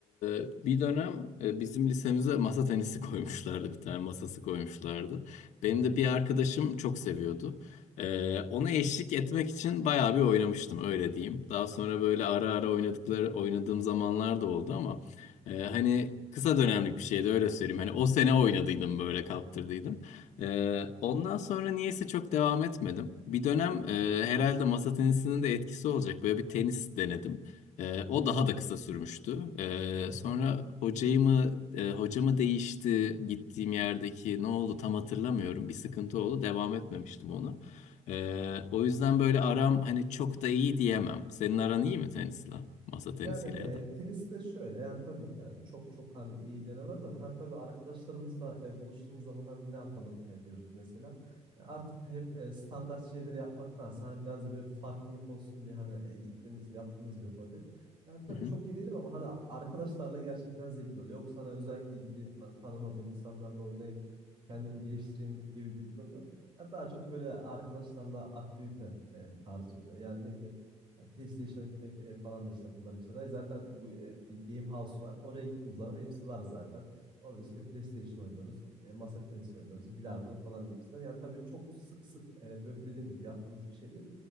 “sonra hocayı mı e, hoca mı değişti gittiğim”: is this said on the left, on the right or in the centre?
Left